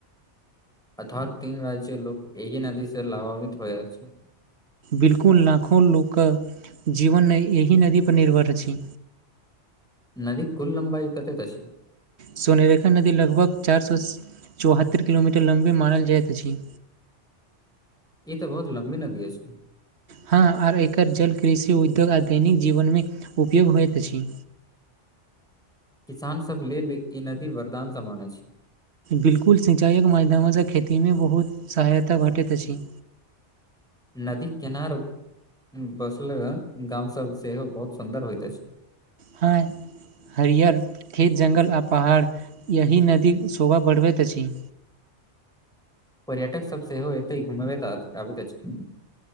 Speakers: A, in the centre; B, on the right.
A: अथात तीन राज्य लोक एहिी नदी से लभान्वित होय रह छै
B: बिलकुल लाखो लोकके जीवन एहि नदीपर निर्भर अछि
A: नदी कुल लम्बाई कतैक अछि
B: सोनरेखा नदी लगभग चारि सए चौहत्तरि किलोमीटर लम्बे मानल जाइत अछि
A: ई त बहुत लम्बी नदी अछि
B: हँ आर एकर जल कृषि उद्योग आ दैनिक जीवनमे उपयोग होइत अछि
A: किसान सब लेल ई नदी वरदान समान अछि
B: बिल्कुल सिंचाइक म मैदानसँ खेतीमे बहुत सहायता भेटैत अछि
A: नदी किनार बसल गाम सब सेहो बहुत सुन्दर होइत अछि
B: हाय हरियर खेत जङ्गल आ पहाड़ एहिह नदी शोभा बढ़बैत अछि
A: पर्यटक सब सेहो एतै घुब आबैत अछि